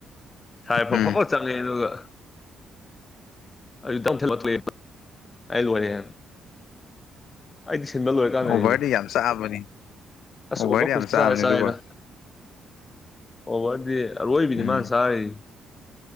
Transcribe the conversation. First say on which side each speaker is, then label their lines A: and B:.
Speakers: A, on the left; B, on the left.
A: ꯁꯥꯏ ꯐꯐꯠ
B: ꯎꯝ
A: ꯆꯪꯉꯛꯑꯦ ꯑꯗꯨꯒ ꯑꯗꯨ <inaudible> ꯑꯩ ꯂ‌ꯣꯏꯔꯦꯝ ꯑꯩꯗꯤ ꯁꯤꯟꯕ ꯂꯣꯏꯔꯀꯥꯟꯗꯅꯤꯗ
B: ꯑꯣꯚꯔꯗꯤ ꯌꯥꯝ ꯆꯥꯕꯅꯤ
A: ꯑꯁ
B: ꯑꯣꯚꯔꯗꯤ
A: ꯑꯣꯕꯔ ꯈꯨꯆꯥꯗꯤ
B: ꯌꯥꯝ ꯆꯥꯕꯅꯤ
A: ꯆꯥꯏꯗ
B: ꯑꯗꯨꯒ
A: ꯑꯣꯕꯔꯗꯤ ꯑꯔꯣꯏꯕꯤꯅꯤ
B: ꯎꯝ
A: ꯃꯥꯅ ꯆꯥꯔꯤ